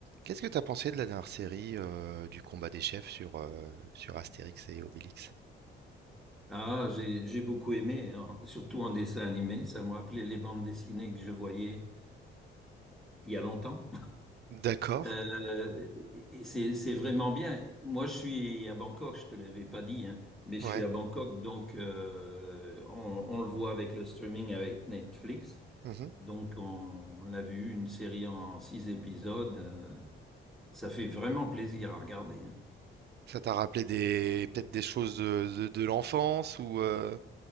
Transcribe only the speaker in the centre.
Ah, j'ai j'ai beaucoup aimé, hein, surtout en dessin animé. Ça m'a rappelé les bandes dessinées que je voyais il y a longtemps.
Euh, et et c'est c'est vraiment bien. Moi, je suis à Bangkok. Je te l'avais pas dit, hein, mais je
suis à Bangkok, donc euh, on, on le voit avec le streaming avec Netflix.
Donc, on, on l'a vu une série en six épisodes. euh, ça fait vraiment plaisir à regarder. hein.